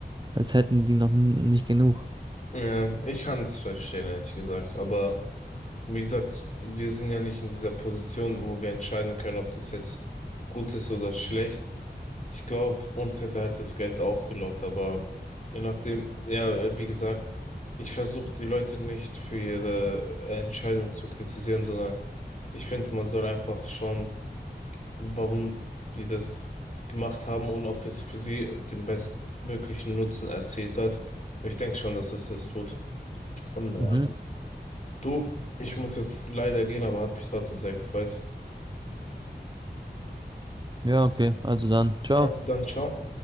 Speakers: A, on the right; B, on the left.
A: als hätten die noch n- nicht genug.
B: ja, ich kann es verstehen, ehrlich gesagt, aber Wie gesagt, wir sind ja nicht in dieser Position, wo wir entscheiden können, ob das jetzt gut ist oder schlecht. Ich glaube, uns hätte halt das Geld auch gelockt, aber je nachdem, ja, wie gesagt, ich versuche die Leute nicht für ihre Entscheidung zu kritisieren, sondern ich finde, man soll einfach schauen, warum die das gemacht haben und ob es für sie den bestmöglichen Nutzen erzielt hat. Und ich denke schon, dass es das tut. Und naja.
A: Mhm.
B: Du, ich muss jetzt leider gehen, aber hat mich trotzdem sehr gefreut.
A: Ja, okay, also dann, ciao.
B: Also dann, ciao.